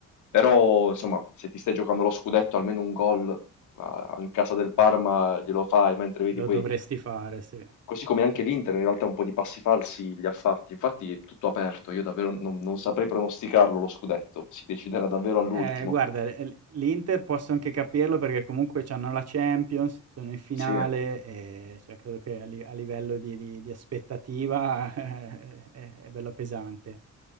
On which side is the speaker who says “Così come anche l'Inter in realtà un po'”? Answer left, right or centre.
Left